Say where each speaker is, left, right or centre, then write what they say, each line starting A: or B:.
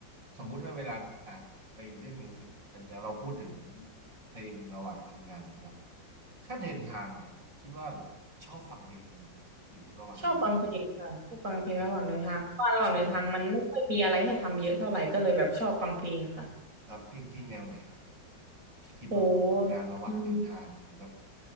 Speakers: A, on the right; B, on the right.
A: สมมุติว่าเวลาอ่านไปเรื่องมิวสิกแต่เนี้ยเราพูดถึงเพลงระหว่างทำงานนะครับถ้าเดินทางเนี่ยคิดว่าแบบชอบฟังเพลงไหมครับหรือระหว่างเดินทาง
B: ชอบฟังเพลงค่ะ ชอบฟังเพลงระหว่างเดินทาง
A: เออ
B: เพราะว่าระหว่างเดินทางมันไม่ค่อยมีอะไรให้ทำเยอะเท่าไหร่ก็เลยแบบชอบฟังเพลงค่ะ
A: ใช่ครับครับเพลงเพลงแนวไหนครับ ที่คิดว่าเหมาะกับการระหว่างเดินทางหรือแบบ
B: โหอืม